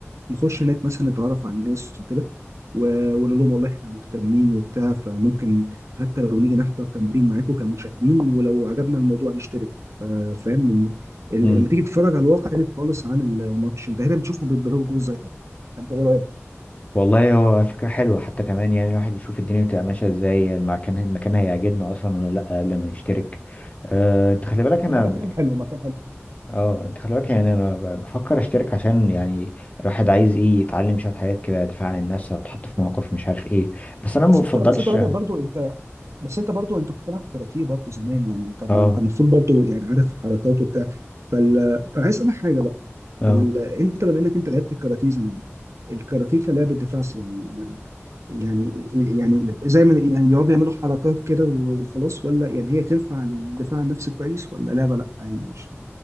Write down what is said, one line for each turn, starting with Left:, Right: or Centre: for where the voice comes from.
Right: نخش هناك مثلا نتعرف على الناس وكده و- ونقول لهم والله احنا مهتمين وبتاع فممكن حتى لو نيجي نحضر تمرين معاكم كمشاهدين ولو عجبنا الموضوع نشترك ف- فاهم لأن ال-
Left: مم.
Right: لما تيجي تتفرج على الواقع تختلف خالص عن الماتش انت هنا بتشوفهم بيتضربوا ازاي حتى انت ايه رايك؟
Left: والله هو فكرة حلوة حتى كمان يعني الواحد يشوف الدنيا بتبقى ماشية ازاي المكان المكان هيعجبنا اصلا ولا لا قبل ما نشترك أه انت خلي بالك انا
Right: لا مكان حلو مكان حلو
Left: اه انت خلي بالك يعني انا ب- بفكر اشترك عشان يعني الواحد عايز ايه يتعلم شويه حاجات كده دفاع عن النفس هتحط في مواقف مش عارف ايه بس انا ما
Right: بس
Left: بفضلش
Right: انت بس انت راجل برضو انت بس انت برضو انت كنت بتلعب كاراتيه برضو زمان يعني انت انت
Left: اه
Right: المفروض برضو يعني عارف حركاته وبتاع فال... فعايز اسالك حاجه بقى
Left: اه
Right: ال... انت بما انك انت لعبت كاراتيه زمان الكاراتيه كلاعب دفاع يعني يعني يعني زي ما يعني بيقعدوا يعملوا حركات كده و- وخلاص ولا يعني هي تنفع للدفاع عن النفس كويس ولا لعبة لا يعني مش